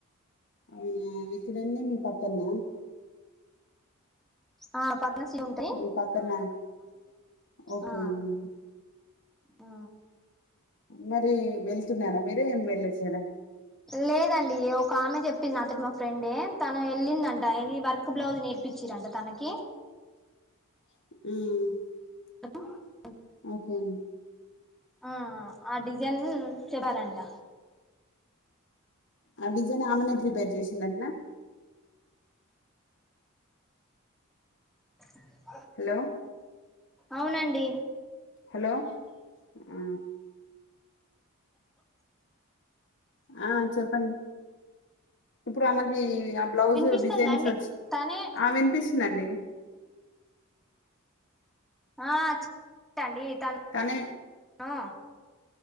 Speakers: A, on the left; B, in the centre.
A: అవునా ఎక్కడండి మీ పక్కన్న
B: ఆ ప <unintelligible>
A: మీ పక్కన ఓకే
B: ఆ
A: అండి
B: ఆ
A: మరీ వెళ్తున్నానా మీరేం వెళ్ళొచ్చేనా
B: లేదండి ఒక ఆమె చెప్పింది నాతోటి మా ఫ్రెండే తను ఎళ్ళిందంట ఇది వర్క్ బ్లౌజ్ నే నేర్పించిరంట తనకి
A: మ్
B: చెప్పు ఆ
A: ఓకే అం
B: ఆ ఆ డిజైన్ చెప్పారంట.
A: ఆ డిజైన్ ఆమెనే ప్రిపేర్ చేసిందంటనా
B: <inaudible>
A: హలో
B: అవునండి.
A: హలో! ఆ ఆ చెప్పండి ఇప్పుడ్ ఆమకీ ఆ బ్లౌజు
B: వినిపిస్తుందా
A: డిజైన్స్
B: అండి
A: వచ్
B: తనే
A: ఆ విన్పిస్తుందండి.
B: ఆ <inaudible> తను
A: తనే
B: ఆ